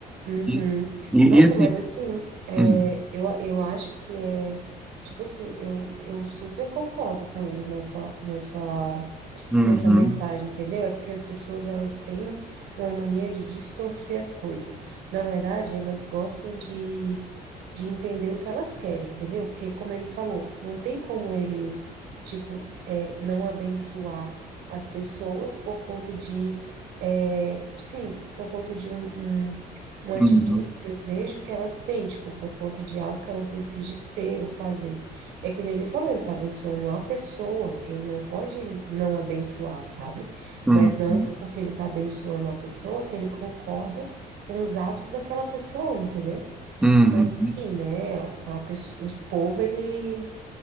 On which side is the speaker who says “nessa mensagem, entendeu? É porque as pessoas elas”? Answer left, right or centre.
Right